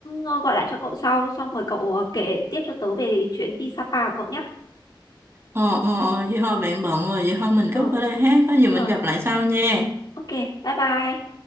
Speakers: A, on the left (about 55°); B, on the right (about 30°).
A: ờ, gọi lại cho cậu sau, xong rồi cậu ờ, kể tiếp cho tớ về chuyến đi Sapa của cậu nhé.
B: ờ ờ ờ, vậy thôi bạn bận rồi vậy thôi mình
A: Ờ,
B: cúp ở đây hát có gì mình
A: ờ,
B: gặp lại sau nha
A: ok, bye bye.